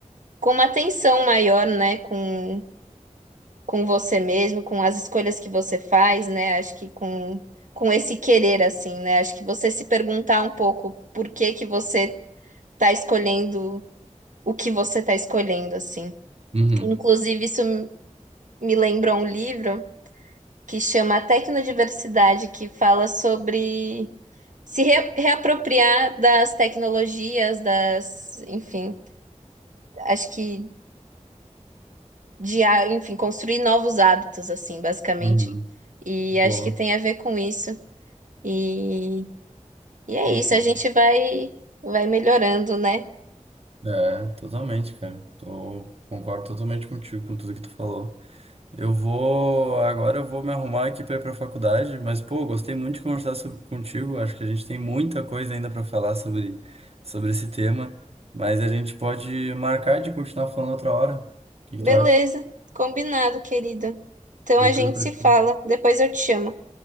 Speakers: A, on the right; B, on the right.
A: com uma atenção maior, né? Com com você mesmo, com as escolhas que você faz, né? Acho que com, com esse querer, assim, né? Acho que você se perguntar um pouco por que que você tá escolhendo o que você tá escolhendo, assim.
B: Uhum,
A: Inclusive, isso me lembrou um livro que chama Tecnodiversidade, que fala sobre se re- reapropriar das tecnologias, das, enfim, acho que de, ah, enfim, construir novos hábitos, assim, basicamente.
B: uhum.
A: E
B: Boa.
A: acho que tem a ver com isso. E, e é
B: Pô,
A: isso,
B: tô...
A: a gente vai, vai melhorando, né?
B: É, totalmente, cara. Tô... Concordo totalmente contigo com tudo que tu falou. Eu vou. Agora eu vou me arrumar aqui para ir para a faculdade, mas, pô, gostei muito de conversar so- contigo. Acho que a gente tem muita coisa ainda para falar sobre, sobre esse tema, mas a gente pode marcar de continuar falando outra hora. O que que
A: Beleza,
B: tu acha?
A: combinado, querida. Então
B: Tranquilo
A: a gente
B: pra
A: se
B: ti?
A: fala, depois eu te chamo.